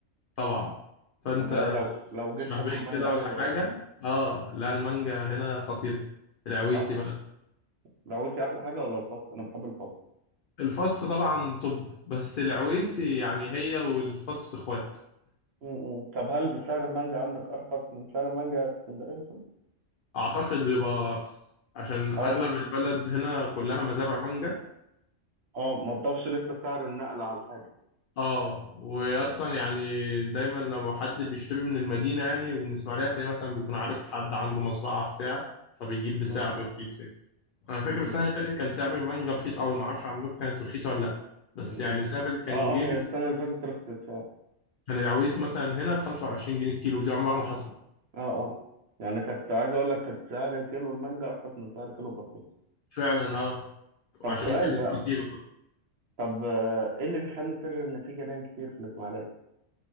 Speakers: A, on the left (about 55°); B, on the right (about 60°).
A: طبعا فأنت
B: طب ايه لو لو جيت
A: شهرين
B: هاكل مانجا
A: كده ولا
B: حلوه
A: حاجة
B: يعني
A: آه لا المانجا هنا خطيرة العويسي
B: صح
A: بقى
B: العويسي احلى حاجه ولا الفص انا بحب الفص
A: الفص طبعا توب بس العويسي يعني هي والفص إخوات
B: امم طب هل بسعر المانجا عندك ارخص من سعر المانجا في اسكندريه مثلا
A: <laughs> أعتقد بيبقى أرخص عشان أغلب
B: اه
A: البلد هنا كلها مزارع مانجا
B: اه ما تضافش لسه سعر النقل على الحاجه
A: اه واصلا يعني دايما لما حد بيشتري من المدينه يعني من اسماعيليه تلاقي مثلا بيكون عارف حد عنده مزرعه بتاع فبيجيب بسعر
B: اه
A: رخيص يعني. انا فاكر
B: امم
A: السنه اللي فاتت كان سعر المانجا رخيص قوي ما اعرفش عندكم كانت رخيصه ولا لا بس
B: امم
A: يعني السنه اللي فاتت كان
B: اه اه
A: جه
B: هي السنه اللي فاتت رخصت فعلا
A: كان العويسي مثلا هنا ب 25 جنيه الكيلو دي عمرها ما حصلت
B: اه اه يعني كنت عايز اقول لك كانت سعر كيلو المانجا ارخص من سعر كيلو البطاطس
A: فعلا اه وعشان
B: طب سؤال
A: كانت
B: بقى
A: كتير
B: طب آه، ايه اللي بيخلي سر ان في جناين كتير في الاسماعيليه